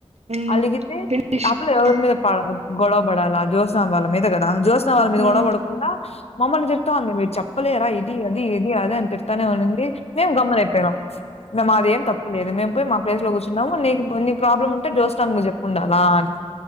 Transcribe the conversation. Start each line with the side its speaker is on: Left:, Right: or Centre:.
Right: ఉమ్
Left: అలిగితే
Right: ఫినిష్
Left: ఆ పిల్ల ఎవరి
Right: ఉమ్
Left: మీద పడల్ గొడవ పడాలా జోత్స్న వాళ్ళ మీద కదా. జ్యోత్స్న వాళ్ళ మీద
Right: ఉమ్
Left: గొడవపడకుండా మమ్మల్ని తిడతా ఉంది మీరు చెప్ప్. ఓ లేరా ఇది అది ఇది అది అని తిడుతానే ఉండింది మేం గమ్మున అయిపోయినాం ఇందా మాది ఎం తప్పు లేదు మేము పోయి మా ప్లేస్ లో కూర్చున్నాం నీకు నీ ప్రాబ్లమ్ ఉంటే జోష్ణ కు నువ్ చెప్పు ఉండాలా అని